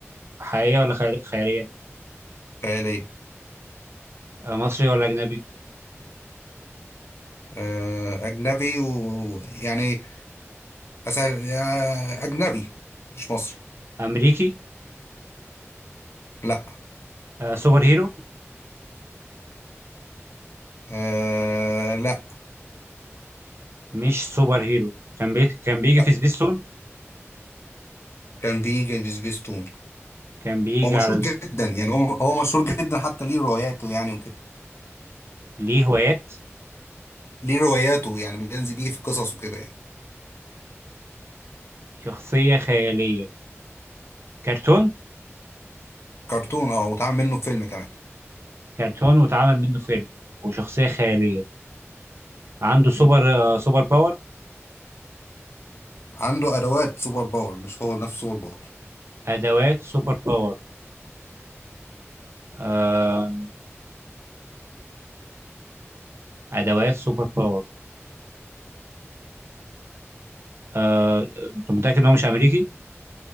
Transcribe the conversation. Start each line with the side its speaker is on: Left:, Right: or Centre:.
Right: حقيقيه ولا خيال- خياليه
Left: خيال ايه
Right: آه مصري ولا اجنبي
Left: آه، أجنبي ويعني أسأل يا أجنبي مش مصري
Right: امريكي
Left: لا
Right: آه سوبر هيرو
Left: آه لا
Right: مش سوبر هيرو كان بي... كان بيجي
Left: لا
Right: في سبيستون
Left: كان بيجي في سبيستون
Right: كان بيجي
Left: هو مشهور
Right: على ز-
Left: جدا يعني هو هو مشهور جدا حتى ليه رواياته يعني وكده
Right: ليه هوايات
Left: ليه رواياته يعني بينزل بيه في قصص وكده يعني
Right: شخصيه خياليه كرتون
Left: كرتون اه واتعمل منه فيلم كمان
Right: كرتون واتعمل منه فيلم وشخصيه خياليه عنده سوبر آه سوبر باور
Left: عنده أدوات سوبر باور مش هو نفسه سوبر باور
Right: ادوات سوبر باور آه ادوات سوبر باور آه، انت متاكد ان هو مش امريكي